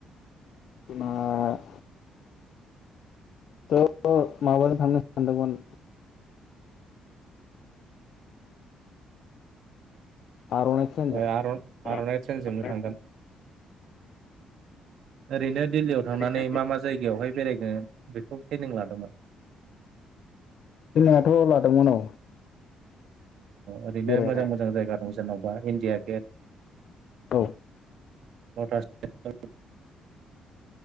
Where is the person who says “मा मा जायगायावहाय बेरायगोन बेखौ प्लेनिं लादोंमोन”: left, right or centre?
Right